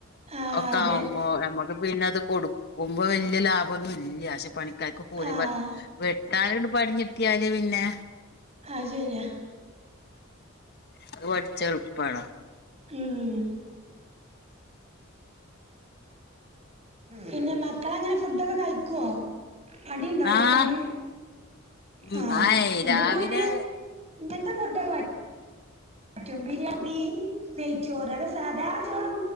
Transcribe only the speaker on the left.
ഒക്കെ
ഓ നമ്മുക്ക് പിന്നെ അത് കൊടുക്കുമ്പോ വലിയ ലാഭം. ഒന്നും ഇല്ല പക്ഷെ പണിക്കാർക്ക് കൊല
വെട്ടാലണ്ട് പടിഞ്ഞിട്ടിയാല് പിന്നെ
അത് പഠിച്ചെളുപ്പണ
ആഹ് ഉം
ആയ്
രാവിലെ